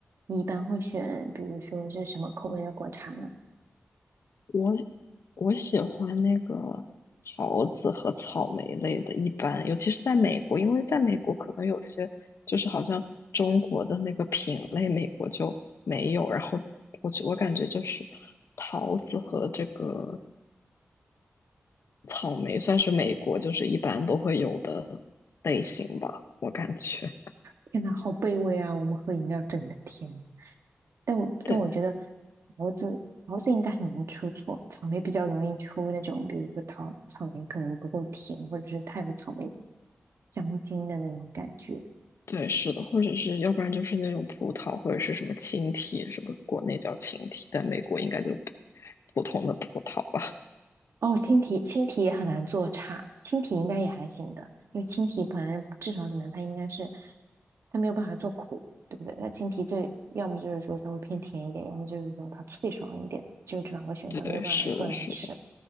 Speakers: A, on the right; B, on the left.
A: 你一般会选，比如说是什么口味的果茶呢？
B: 我我喜欢那个桃子和草莓类的，一般，尤其是在美国，因为在美国可能有些就是好像中国的那个品类，美国就没有。然后我就我感觉就是桃子和这个。草莓算是美国就是一般都会有的类型吧，我感觉。
A: 天呐，好卑微啊！我们喝饮料整的天。但我但我觉得
B: 对
A: 桃子桃子应该很难出错，草莓比较容易出那种，比如说桃草莓可能不够甜，或者是太有草莓香精的那种感觉。
B: 对，是的，或者是要不然就是那种葡萄，或者是什么青提，什么国内叫青提，但美国应该就普普通的葡萄吧。
A: 哦，青提青提也很难做差，青提应该也还行的，因为青提本来至少怎么样，它应该是它没有办法做苦，对不对？那青提最要么就是说稍微偏甜一点，要么就是说它脆爽一点，就这两个选项没有办法做难吃，
B: <laughs> 对，是的，是的，